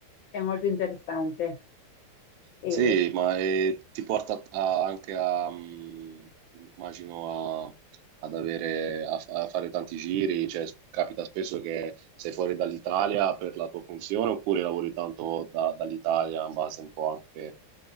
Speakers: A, on the left; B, on the right.
A: è molto interessante. E,
B: Sì, ma eh, ti porta a- anche a, mm, immagino, a- ad avere, a, a fare tanti giri, cioè sp- capita spesso che sei fuori dall'Italia per la tua funzione oppure lavori tanto da- dall'Italia in base un po' anche...